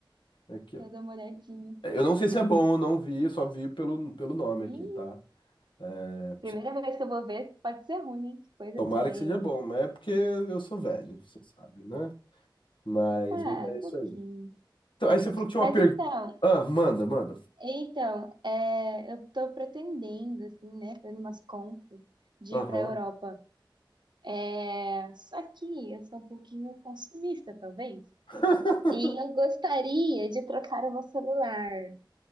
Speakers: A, on the left; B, on the right.
A: Aqui,
B: Eu
A: ó.
B: dou uma olhadinha.
A: É, Eu não sei se é bom, eu não vi, eu só vi pelo, pelo nome
B: Hum,
A: aqui, tá? É,
B: primeira vez que eu vou ver, pode ser ruim, hein? Que coisa
A: tomara
B: feia.
A: que seja bom, mas é porque eu sou velho, você sabe, né? Mas,
B: Ah,
A: mas é
B: um
A: isso
B: pouquinho.
A: aí. Então, aí você falou que tinha
B: Mas
A: uma pergunta.
B: então,
A: Ah, manda, manda.
B: então, é, eu tô pretendendo, assim, né, fazendo umas contas de
A: Aham.
B: ir pra Europa. É, só que eu sou um pouquinho consumista, talvez.
A: <laughs>
B: E eu gostaria de trocar o meu celular.